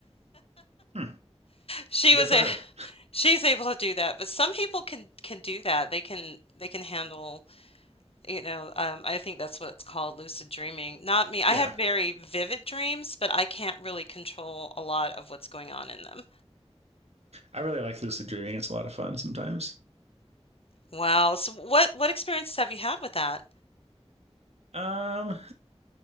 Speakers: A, on the right; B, on the left.
A: Hmm.
B: She
A: Well,
B: was
A: good for
B: a
A: her.
B: <laughs> she's able to do that, but some people can can do that. They can they can handle, you know, um, I think that's what it's called, lucid dreaming. Not me. I
A: Yeah,
B: have very vivid dreams, but I can't really control a lot of what's going on in them.
A: I really like lucid dreaming. It's a lot of fun sometimes.
B: Wow. So what what experiences have you had with that?
A: Um,